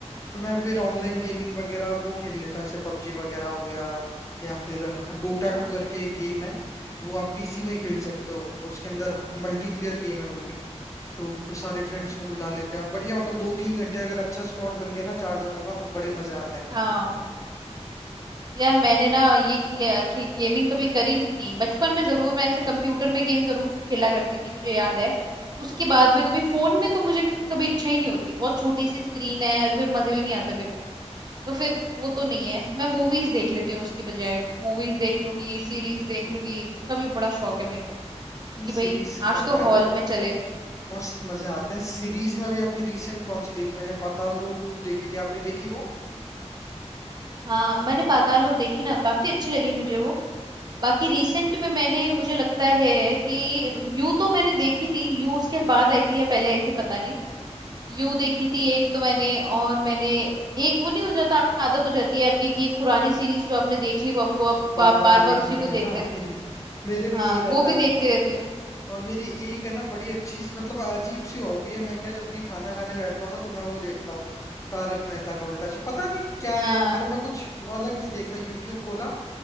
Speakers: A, on the left; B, on the right.
A: तो मैं फिर ऑनलाइन गेमिंग वगैरह और वो खेल लेता हूँ जैसे पबजी वगैरह हो गया या फिर डोटा
B: अच्छा
A: टू करके एक गेम है वो आप पीसी में खेल
B: हम्म
A: सकते हो तो उसके अंदर मल्टीप्लेयर गेम है वो भी तो सारे फ्रेंड्स को बुला लेते हैं बढ़िया मतलब दो तीन घंटे अगर अच्छा स्क्वाड बन गया ना चार जनों का तो बड़े मजे आते हैं
B: हाँ यार मैंने ना ये किया कि गेमिंग कभी करी नहीं बचपन में जरूर मैं ऐसे कंप्यूटर में गेम जरूर खेला करती थी मुझे याद है उसके बाद में कभी फोन में तो मुझे कभी इच्छा ही नहीं होती बहुत छोटी सी स्क्रीन है और फिर मजे भी नहीं आते मेरे को तो फिर वो तो नहीं है मैं मूवीज देख लेती हूँ उसकी बजाय मूवीज देख लूंगी सीरीज देख लूंगी उसका भी बड़ा शौक है मेरे को
A: पी
B: कि भाई
A: सीरीज
B: आज
A: का
B: तो
A: तो यार
B: हॉल में चले
A: मस्त मजे आते हैं सीरीज में अभी आपने रिसेंट कौन सी देखी मैंने पाताल लोक टू देखी थी आपने देखी वो
B: हाँ मैंने पाताल लोक देखी ना काफी अच्छी लगी मुझे वो बाकी रिसेंट में मैंने मुझे लगता है कि यू तो मैंने देखी थी यू उसके बाद आई थी या पहले आई थी पता नहीं यू देखी थी एक तो मैंने और मैंने एक वो नहीं हो जाता आदत हो जाती है आपकी कि एक पुरानी सीरीज जो आपने देख ली वो आपको आप,
A: बार
B: आप
A: बार
B: बार
A: देखने
B: बार उसी को
A: के
B: देखते
A: है ना
B: रहते
A: <laughs>
B: हो
A: मेरे भी
B: हाँ
A: यही
B: वो
A: रहता
B: भी देखते
A: है
B: रहती हूँ
A: और मेरी एक है ना बड़ी अच्छी सी मतलब अजीब सी हॉबी है मैं क्या जब भी खाना खाने बैठता हूँ ना तो मैं वो देखता हूँ तारक मेहता का उल्टा चश्मा पता नहीं क्या
B: हाँ
A: है मतलब मैं कुछ अलग नहीं देखता यूट्यूब खोला